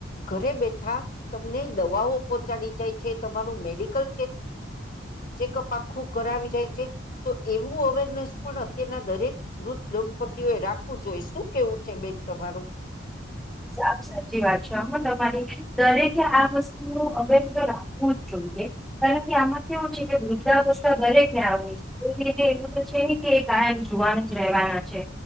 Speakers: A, on the left (about 50°); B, in the centre.
A: ઘરે બેઠા તમને દવાઓ પહોંચાડી જાય છે તમારું મેડિકલ ચેકઅપ આખું કરાવી જાય છે. તો એ અવેરનેસ પણ અત્યારના દરેક વૃધ દંપતિઓએ રાખવું જોઈએ શું કેવું છે બેન તમારું?
B: સાવ સાચી વાત છે આમાં તમારે દરેકે આ વસ્તુ નું અવેર તો રાખવું જ જોઈએ કારણ કે આમાં કેવું છે કે વૃદ્ધાવસ્થા દરેક ને આવ છે એ લઈને એવું તો છે ને કે કાયમ જોવાનું જ રહેવાના છે